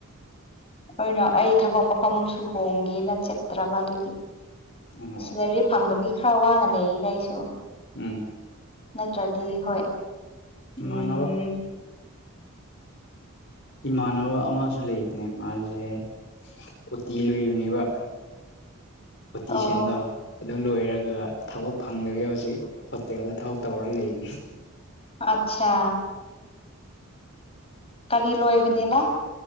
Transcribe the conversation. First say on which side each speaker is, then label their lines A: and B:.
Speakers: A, on the left (about 25°); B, on the left (about 55°).
A: ꯑꯣꯏꯅꯣ ꯑꯩ ꯊꯕꯛ ꯃꯐꯝꯁꯨ ꯍꯣꯡꯒꯦꯅ ꯆꯠꯇ꯭ꯔꯕ ꯑꯗꯨꯒꯤ
B: ꯑꯣ
A: ꯁꯤꯗꯔꯤ ꯐꯪꯗꯕꯤꯒꯤ ꯈꯔ ꯋꯥꯅ ꯂꯩꯔꯤꯗ ꯑꯩꯁꯨ
B: ꯎꯝ
A: ꯅꯠꯇ꯭ꯔꯗꯤ ꯍꯣꯏ ꯎꯝ
B: ꯏꯥꯟꯅꯕ ꯏꯃꯥꯟꯅꯕ ꯑꯃꯁꯨ ꯂꯩꯕꯅꯦ ꯃꯥꯁꯦ ꯎꯇꯤ ꯂꯣꯏꯕꯅꯦꯕ ꯄꯇ
A: ꯑꯣ
B: ꯆꯦꯟꯗ ꯑꯗꯨ ꯂꯣꯏꯔꯒ ꯊꯕꯛ ꯐꯪꯗꯕꯤ ꯍꯧꯖꯤꯛ ꯍꯣꯇꯦꯜꯗ ꯊꯕꯛ ꯇꯧꯔ ꯂꯩꯕꯅꯤ
A: ꯑꯆꯥ ꯀꯔꯤ ꯂꯣꯏꯕꯅꯦꯕ